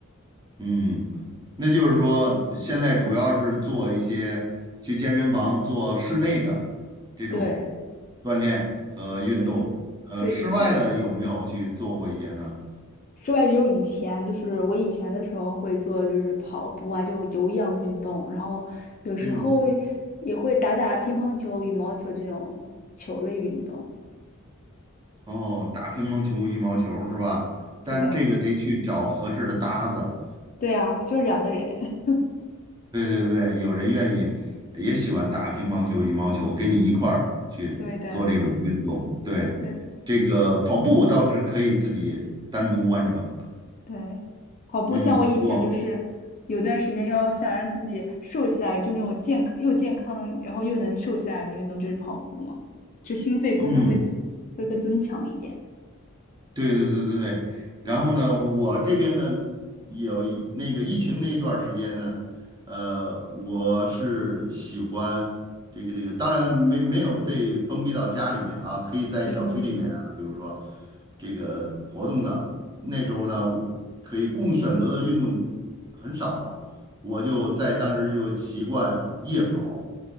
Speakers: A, on the right; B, on the left.
A: 嗯，那就是说，现在主要是做一些去健身房做室内的这种
B: 对
A: 锻炼和运动，
B: 对
A: 呃，
B: 对，
A: 室外的有没有去做过一些呢？
B: 室外只有以前，就是我以前的时候会做，就是跑步啊这种有氧运动，然后有时候
A: 嗯，
B: 也会打打乒乓球、羽毛球这种球类运动。
A: 哦，打乒乓球、羽毛球是吧？但这个得去找合适的搭子。
B: 是的，对啊，就两个人，
A: 对对对，有人愿意，也喜欢打乒乓球、羽毛球，跟你一块儿去做这种运动。
B: <laughs> 对的，
A: 对，
B: 对
A: 这个跑步倒是可以自己单独完成。
B: 对。跑步像我以前就是有段时间就要想让自己瘦下来，
A: 嗯，我
B: 就那种健康又健康，然后又能瘦下来的运动就是跑步嘛，就心肺功能会
A: 嗯，
B: 会更增强一点。
A: 对对对对对。然后呢，我这边呢，有一那个疫情那一段儿时间呢，呃，我是喜欢这个这个，当然没没有被封闭到家里面啊，可以在小区里面啊，
B: 嗯，
A: 比如说这个活动的，那时候呢，可以供选择的运动很少，我就在当时就习惯夜跑。